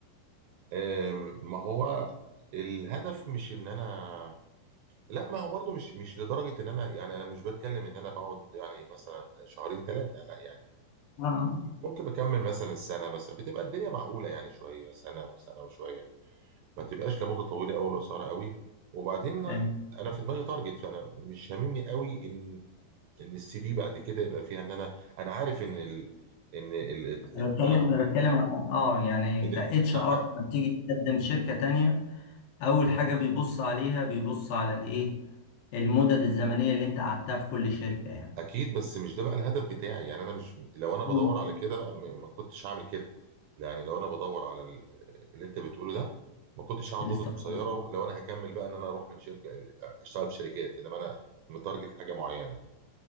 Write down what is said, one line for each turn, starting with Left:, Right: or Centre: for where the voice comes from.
Right: آم، ما هو الهدف مش ان انا لا ما هو برضو مش مش لدرجه ان انا يعني انا مش بتكلم ان انا بقعد يعني مثلا شهرين ثلاثه لا يعني
Left: اه آه.
Right: ممكن بكمل مثلا السنه مثلا بتبقى الدنيا معقوله يعني شويه سنه وسنه وشويه ما تبقاش لمده طويله قوي ولا قصيره قوي وبعدين
Left: أيوة.
Right: انا في دماغي تارجت فانا مش هاممني قوي ان ان السي في بعد كده يبقى فيها ان انا انا عارف ان ال... ان ال...
Left: انا
Right: التنقل
Left: بتكلم انا بتكلم عن- اه يعني
Right: ان
Left: ك اتش
Right: أنا
Left: ار لما بتيجي تقدم شركه تانية اول حاجه بيبص عليها بيبص على الايه المدد الزمنيه اللي انت قعدتها في كل شركه يعني
Right: اكيد بس مش ده بقى الهدف بتاعي يعني انا مش لو انا
Left: مم.
Right: بدور على كده بقى م- ما كنتش هعمل كده يعني لو انا بدور على ال- اللي انت بتقوله ده ما كنتش هقعد
Left: الاستقرار
Right: مده قصيره لو انا هكمل بقى ان انا اروح من شركه اشتغل في شركات انما انا متارجت حاجه معينه